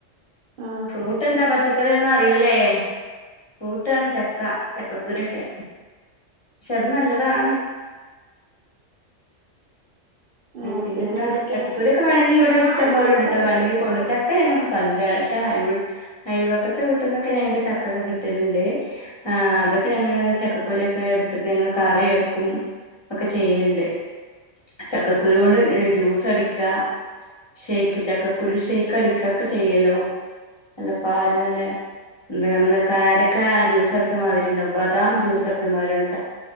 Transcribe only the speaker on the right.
ആ
ആ,
പിന്നെന്തൊക്കെ
ഞാനത്
പച്ചക്ക്